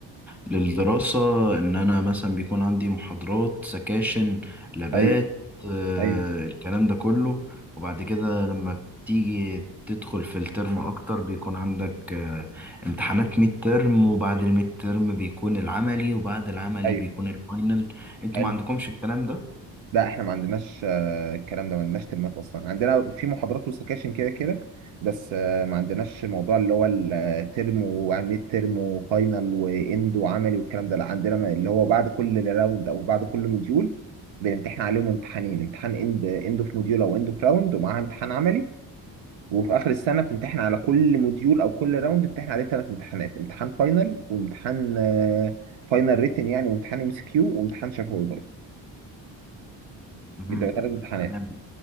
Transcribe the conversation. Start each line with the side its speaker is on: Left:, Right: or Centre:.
Centre: للدراسة إن أنا مثلا بيكون عندي محاضرات سكاشن لابات
Right: ايوه
Centre: آه،
Right: ايوه
Centre: الكلام ده كله وبعد كده لما بتيجي تدخل في الترم أكتر بيكون عندك آه، امتحانات ميد ترم وبعد الميد ترم بيكون العملي وبعد العملي
Right: ايوه
Centre: بيكون الفاينل أنتوا
Right: حلو
Centre: ما عندكمش الكلام ده؟
Right: لا احنا ما عندناش آه، الكلام ده ما عندناش ترمات اصلا عندنا في محاضرات وسكاشن كده كده بس آه، ما عندناش موضوع اللي هو الترم وميد ترم وفاينل واند وعملي والكلام ده لا عندنا ما- اللي هو بعد كل راوند او بعد كل مديول بنمتحن عليهم امتحانين امتحان اند اند اوف موديول او اند اوف راوند ومعاها امتحان عملي وفي اخر السنه بتمتحن على كل موديول او كل راوند بتمتحن عليه ثلاث امتحانات امتحان فاينل وامتحان فاينل ريتن يعني وامتحان ام اس كيو وامتحان شفوي برضه
Centre: مهم.
Right: بيبقى ثلاث امتحانات
Centre: تمام